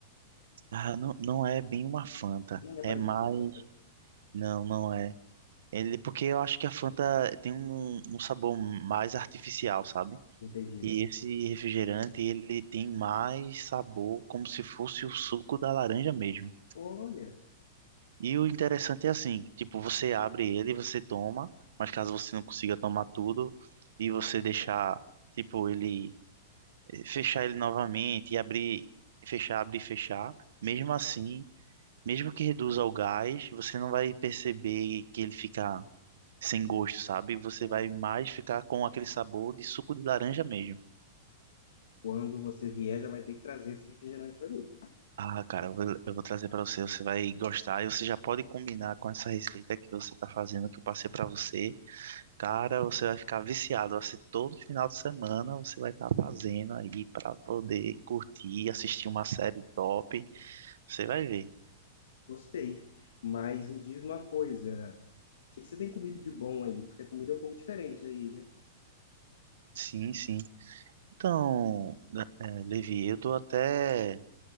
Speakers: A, on the right; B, on the left.
A: Ah, não, não é bem uma Fanta.
B: Não é
A: É
B: parecido
A: mais.
B: com a Fanta.
A: Não, não é. Ele, porque eu acho que a Fanta tem um, um sabor mais artificial, sabe?
B: Entendi.
A: E esse refrigerante, ele tem mais sabor, como se fosse o suco da laranja mesmo.
B: Olha,
A: E o interessante é assim, tipo, você abre ele, você toma, mas caso você não consiga tomar tudo e você deixar, tipo, ele eh, fechar ele novamente e abrir, fechar, abrir e fechar, mesmo assim, mesmo que reduza o gás, você não vai perceber que ele fica sem gosto, sabe? Você
B: olha.
A: vai mais ficar com aquele sabor de suco de laranja mesmo.
B: Quando você vier, já vai ter que trazer esse refrigerante para mim.
A: Ah, cara, eu vou, eu vou trazer pra você, você vai gostar e você já pode combinar com essa receita que você tá fazendo, que eu passei pra você. Cara, você vai ficar viciado, vai ser todo final de semana você vai estar fazendo aí pra poder curtir, assistir uma série top. Você vai ver.
B: Gostei. Mas me diz uma coisa, o que que você tem comido de bom aí? Porque a comida é um pouco diferente aí, né?
A: Sim, sim. Então, né, é, Levi, eu tô até